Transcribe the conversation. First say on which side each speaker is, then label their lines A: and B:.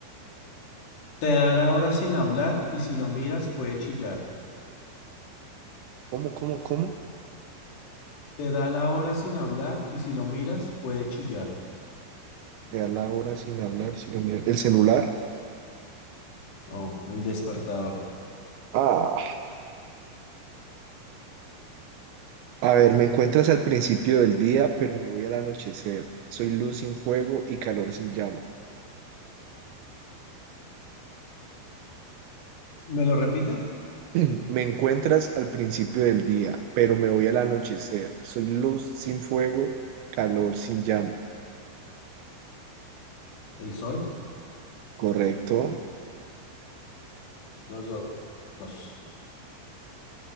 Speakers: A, on the left; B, on the right.
A: Te da la hora sin hablar y si lo miras puede chillar.
B: ¿Cómo, cómo, cómo?
A: Te da la hora sin hablar y si lo miras puede chillar.
B: Te da la hora sin hablar, sin mirar. El celular.
A: No, el despertador.
B: ah A ver, me encuentras al principio del día, pero me voy al anochecer. Soy luz sin fuego y calor sin llama.
A: ¿Me lo repite?
B: <clears throat> Me encuentras al principio del día, pero me voy al anochecer. Soy luz sin fuego, calor sin llama.
A: El sol.
B: Correcto.
A: Dos, dos, dos.